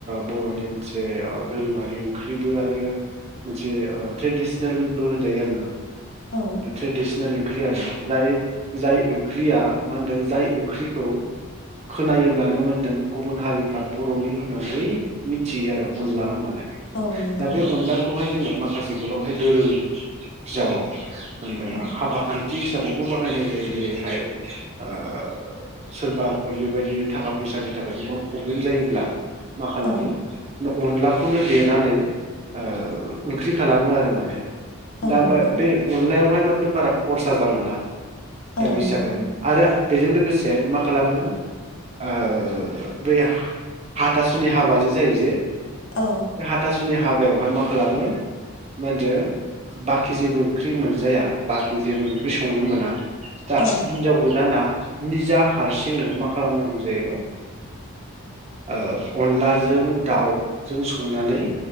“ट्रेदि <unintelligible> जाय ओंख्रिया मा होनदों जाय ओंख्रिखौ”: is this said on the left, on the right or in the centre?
Right